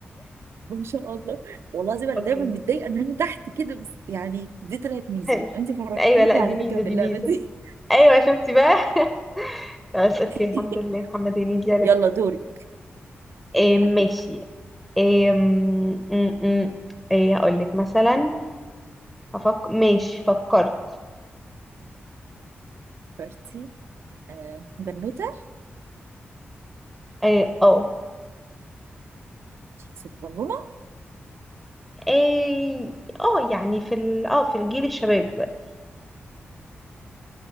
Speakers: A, on the right; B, in the centre.
A: ما شاء الله والله العظيم انا
B: <laughs> اوكي
A: دايما متضايقه ان انا تحت كده بس يعني دي طلعت ميزه
B: حلو
A: انت فرحتيني
B: ايوه لا دي
A: على
B: ميزه
A: فكره في
B: دي
A: اللعبه
B: ميزه
A: دي
B: ايوه شفتي بقى <laughs> خلاص اوكي الحمد
A: <laughs>
B: لله محمد هنيدي عرفت
A: يلا دوري
B: إيه
A: في حد
B: ماشي
A: بقى
B: إيه م- م- إيه هقول لك مثلا هفك ماشي فكرت
A: بارتي آه بنوتة
B: إيه اه
A: صغنونة
B: إيه اه يعني في ال... اه في الجيل الشباب دلوقتي